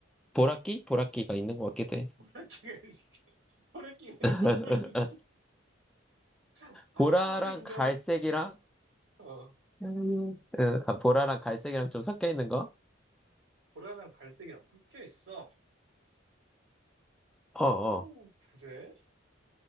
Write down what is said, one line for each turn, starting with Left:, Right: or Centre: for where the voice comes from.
Centre: 보라끼? 보라끼가 있는 것 같기도 해.
Right: 보라끼가 있, <laughs> 보라끼가 있는
Centre: <laughs>
Right: 동물 있어. <laughs>
Centre: 보라랑
Right: 파란색이
Centre: 갈색이랑,
Right: 좀, 어,
Centre: 음, 어, 보라랑 갈색이랑 좀 섞여 있는 거?
Right: 보라랑 갈색이랑 섞여 있어.
Centre: 어, 어.
Right: 오, 그래?